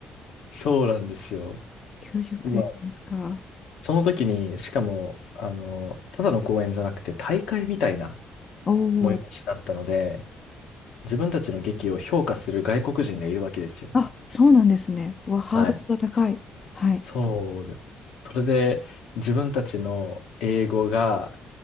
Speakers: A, on the left; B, on the left.
A: そうなんですよ。
B: 90ページですか。
A: まあ、その時に、しかも、あの、ただの公演じゃなくて、大会みたいな
B: おお。
A: 催しだったので、自分たちの劇を評価する外国人がいるわけですよ。
B: あ、そうなんですね。うわ、ハードルが高い。
A: はい。
B: はい。
A: そう。それで、自分たちの英語が、